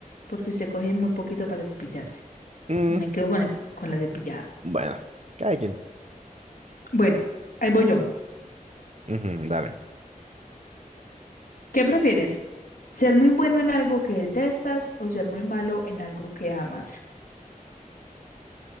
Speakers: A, on the left; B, on the right.
A: porque usted coge muy poquito para cepillarse.
B: Mm,
A: Me quedo con el- con la cepillada.
B: bueno, cada quien.
A: Bueno, ahí voy yo.
B: Ujú, dale.
A: ¿Qué prefieres? ¿Ser muy bueno en algo que detestas o ser muy malo en algo que amas?